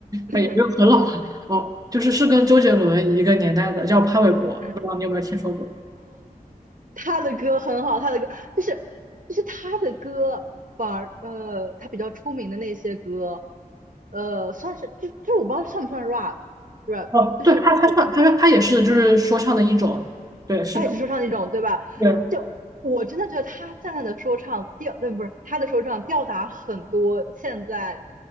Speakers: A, on the right (about 60°); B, on the right (about 25°).
A: <laughs>
B: 也不有很老了。哦，就是是跟周杰伦一个年代的，叫潘玮柏，
A: 嗯，
B: 不知道你有没有听说过？
A: 他的歌很好，他的歌就是就是他的歌，反而呃他比较出名的那些歌，呃算是就就是我不知道算不算 rap rap，
B: 哦，
A: 就是就是。
B: 对，他他唱，他说他也是就是说唱的一种。对，是的，
A: 他也是说唱那种，对吧？
B: 对，
A: 就我真的觉得他现在的说唱吊，对，不是他的说唱吊打很多现在